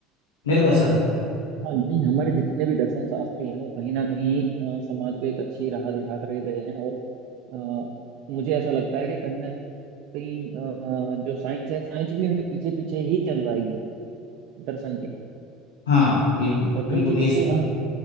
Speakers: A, on the left; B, on the right.
A: मेरे को ऐसा लगता है
B: हाँ नहीं हमारे जितने भी दर्शन शास्त्री हैं वो कहीं ना कहीं अ, समाज को एक अच्छी राह दिखा कर गए हैं और अ, मुझे ऐसा लगता है कि कहीं ना कहीं अ, जो साइंस है साइंस भी उनके पीछे पीछे ही चल रही है दर्शन के
A: हाँ बिल्कुल
B: और
A: बिल्कुल
B: जो चीज
A: ये सही
B: को
A: कहा
B: हम